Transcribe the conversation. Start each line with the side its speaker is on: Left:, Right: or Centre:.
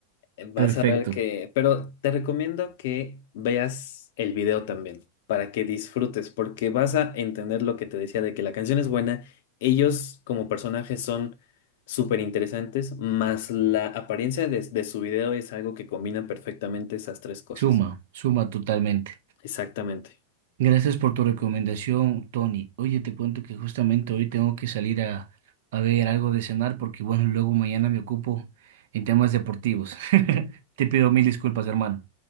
Left: Eh, Vas
Right: Perfecto.
Left: a ver que, pero te recomiendo que veas el video también para que disfrutes, porque vas a entender lo que te decía de que la canción es buena. Ellos como personajes son súper interesantes, más la apariencia de, de su video es algo que combina perfectamente esas tres cosas.
Right: Suma, suma totalmente.
Left: Exactamente.
Right: Gracias por tu recomendación, Tony. Oye, te cuento que justamente hoy tengo que salir a, a ver algo de cenar porque, bueno, luego mañana me ocupo en temas deportivos. <laughs> Te pido mil disculpas, hermano.